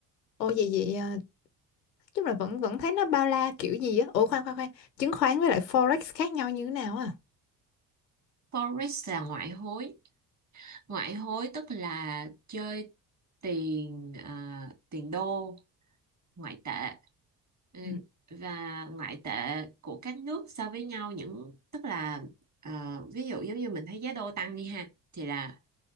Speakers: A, on the left; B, on the right.
A: ồ vậy vậy à, chung là vẫn vẫn thấy nó bao la kiểu gì á. Ủa khoan khoan khoan, chứng khoán với lại forex khác nhau như thế nào à?
B: Forex là ngoại hối ngoại hối tức là chơi tiền à, tiền đô ngoại tệ Ừ,
A: Ừ.
B: và ngoại tệ của các nước so với nhau những tức là ờ, ví dụ giống như mình thấy giá đô tăng đi ha thì là